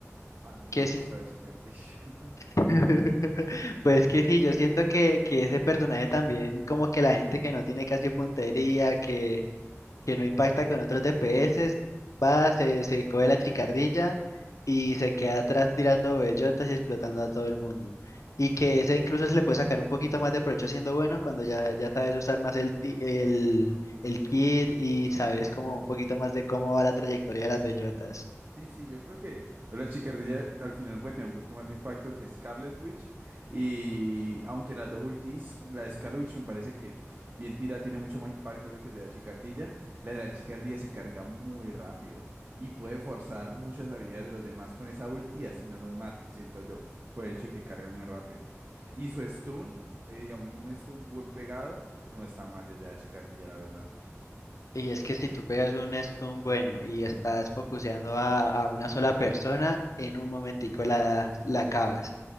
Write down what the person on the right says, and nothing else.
Ah, no me
gusta
la chicardilla. <laughs>
Sí, sí, yo creo que la Chicardilla al final puede tener un poquito más de impacto que Scarlet Witch. Y aunque las dos ultis, la de Scarlet Witch me parece que bien tira, tiene mucho más impacto obvio, que de la Chicardilla. La de la Chicardilla se carga muy rápido y puede forzar muchas habilidades de los demás con esa ulti, así no los mate, siento yo, por el hecho de que carga muy rápido. Y su stun, eh, digamos, un stun buen pegado, no está mal desde la Chicardilla, la verdad.